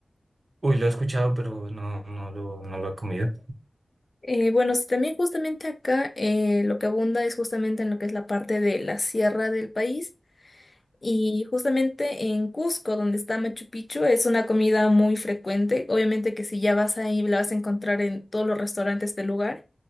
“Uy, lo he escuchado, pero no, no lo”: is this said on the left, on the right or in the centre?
Right